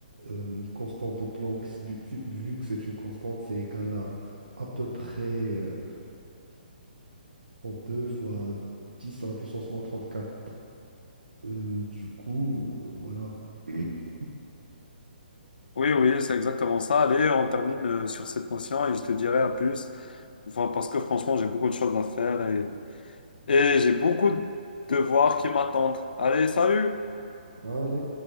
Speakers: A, on the right; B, on the left.
A: Euh, une constante de Planck, s- bu- vu, vu que c'est une constante, c'est égal à à peu près euh, deux fois 10 à la puissance moins 34. Euh, du coup, euh, voilà. <clears throat>
B: Oui, oui, c'est exactement ça. Allez, on termine euh, sur cette notion et je te dirai à plus. Enfin, parce que franchement, j'ai beaucoup de choses à faire et, et j'ai beaucoup de devoirs qui m'attendent. Allez, salut!
A: Allez.